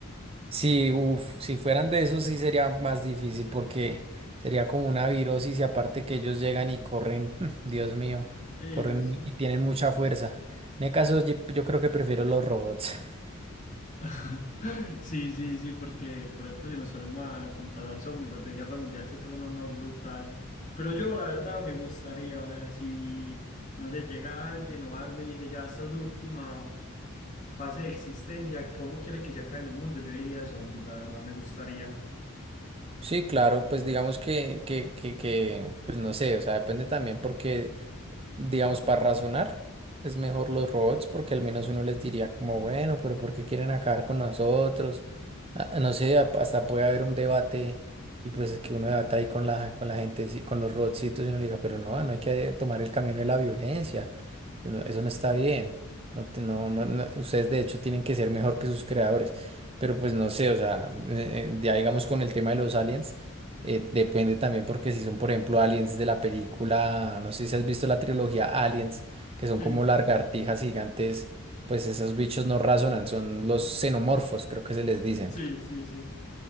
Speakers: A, on the right (about 25°); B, on the left (about 35°).
A: Si, uf, si fueran de esos sí sería más difícil porque sería como una virosis y aparte que ellos llegan y corren, <laughs> Dios mío,
B: Eso.
A: corren muy- y tienen mucha fuerza. En el caso yo, yo creo que prefiero los robots. <laughs>
B: <laughs> Sí, sí, sí, porque por ejemplo si nos ponemos a comparar zombies, los de Guerra Mundial Z son los más brutales. Pero yo la verdad me gustaría, o sea, si no sé, llega alguien o algo y dice ya esta es su última fase de existencia, ¿cómo quiere que se acabe en el mundo? Yo diría zombies, la verdad, me gustaría.
A: Sí, claro, pues digamos que, que, que, que, pues no sé, o sea, depende también porque digamos, para razonar, es mejor los robots porque al menos uno les diría como, bueno, pero ¿por qué quieren acabar con nosotros? Ah, No sé, ap- hasta puede haber un debate y pues es que uno debata ahí con la, con la gente, sí, con los robotcitos y uno le diga, pero no, no hay que tomar el camino de la violencia, no- eso no está bien, no, te- no, no, no- ustedes de hecho tienen que ser mejor que sus creadores. Pero pues no sé, o sea, eh, eh, ya digamos con el tema de los aliens. Eh, depende también porque si son, por ejemplo, aliens de la película, no sé si has visto la trilogía Aliens, que son
B: Sí,
A: como lagartijas gigantes, pues esos bichos no razonan, son los xenomorfos, creo que se les dice.
B: sí, sí, sí.